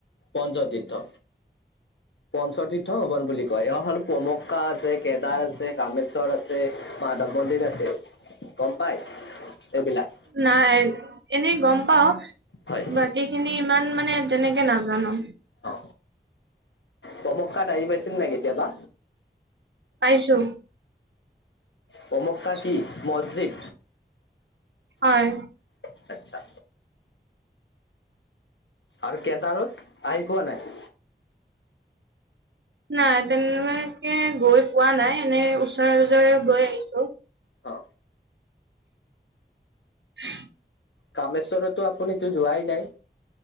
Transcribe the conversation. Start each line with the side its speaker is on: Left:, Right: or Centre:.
Left: পঞ্চতীৰ্থ। পঞ্চতীৰ্থ ভৱন বুলি কয়। এয় হ'ল পমক্কা আছে কেদাৰ আছে কামেশ্বৰ আছ- ছে মাধৱ মন্দিৰ আছে গম পায় এইবিলাক?
Right: নাই এনেই গম পাওঁ।
Left: হয়
Right: বাকি- খিনি ইমান মানে তেনেকে নাজানো।
Left: অঁ পমক্কাত আহি পাইছে নে নাই কেতিয়াবা?
Right: পাইছো।
Left: কমক্কা কি? মছজিদ।
Right: হয়।
Left: আৎচ্ছা। আৰু কেদাৰত আহি পোৱা নাই।
Right: নাই তেনেকে গৈ পোৱা নাই এনেই ওচৰে পজৰে গৈ আহিছো।
Left: হঁ'।
Right: <inaudible>
Left: কামেশ্বৰতো আপনিটো যোৱাই নাই।